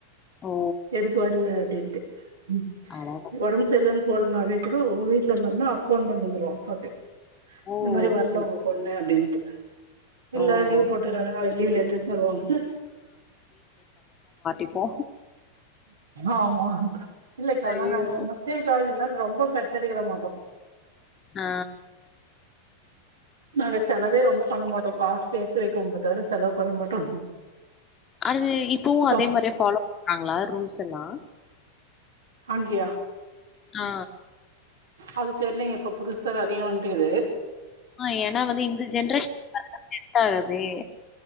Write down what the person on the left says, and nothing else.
ஓ!
அடடா!
ஓ!
ஓகே.
ஓ!
இப்போ
ஐயோ!
ஆ.
அது இப்பவு
அதே மாரியே ஃபாலோ பண்றாங்ளா ரூல்ஸ் எல்லா
ஆ
ஆ ஏனா வந்து இந்த ஜென்ரேஷன் <inaudible> செட் ஆகாதே